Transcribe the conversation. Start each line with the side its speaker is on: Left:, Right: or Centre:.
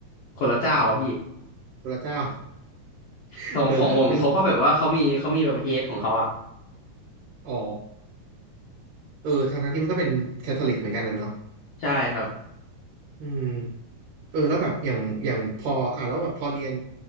Left: คนละเจ้าอะพี่
Right: พระเจ้า <laughs>
Left: ของของผมเขาก็แบบว่าเขามีเขามีแบบเฮดของเขาอ่ะ
Right: เออนึกออกอ๋อเออทั้งทั้งที่มันก็เป็นแคทอลิกเหมือนกันนะเนาะ
Left: ใช่ครับ
Right: อืม เออแล้วแบบอย่างอย่างพออ่ะแล้วแบบพอเรียน